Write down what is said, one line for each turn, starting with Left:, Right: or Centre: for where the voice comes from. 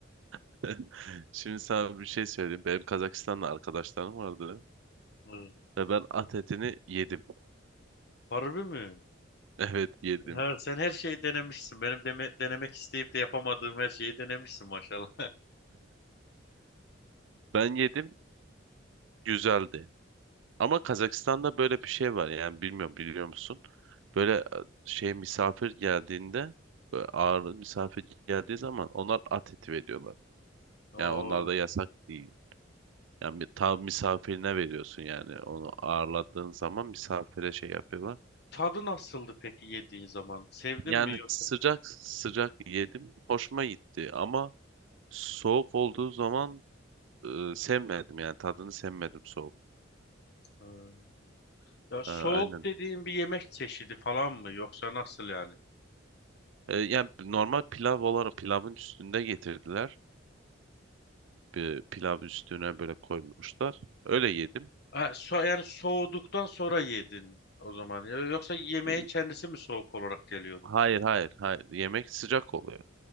Right: <laughs> Şimdi sana bir şey söyleyeyim. Benim Kazakistan'da arkadaşlarım vardı.
Left: Hı.
Right: Ve ben at etini yedim. <laughs>
Left: Harbi mi?
Right: Evet yedim.
Left: Ya sen her şeyi denemişsin. Benim deme- denemek isteyip de yapamadığım her şeyi denemişsin maşallah.
Right: Ben yedim. Güzeldi. Ama Kazakistan'da böyle bir şey var yani bilmiyorum biliyor musun? Böyle e, şey misafir geldiğinde böyle ağırlı misafir geldiği zaman onlar at eti veriyorlar.
Left: <laughs>
Right: Yani
Left: Oo.
Right: onlar da yasak değil. Yani bir tav misafirine veriyorsun yani onu ağırladığın zaman misafire şey yapıyorlar.
Left: Tadı nasıldı peki yediğin zaman? Sevdin
Right: Yani
Left: mi yoksa?
Right: sıcak sıcak yedim hoşuma gitti ama soğuk olduğu zaman e, sevmedim yani tadını sevmedim soğuk.
Left: Hı. Ya soğuk
Right: Ha, aynen.
Left: dediğin bir yemek çeşidi falan mı yoksa nasıl yani?
Right: E, yani normal pilav olarak pilavın üstünde getirdiler. bir pilav üstüne böyle koymuşlar. Öyle yedim.
Left: Ha, so yani soğuduktan sonra yedin o zaman. Ya Yoksa yemeğin
Right: E,
Left: kendisi mi soğuk olarak geliyordu?
Right: Hayır hayır hayır. Yemek sıcak oluyor.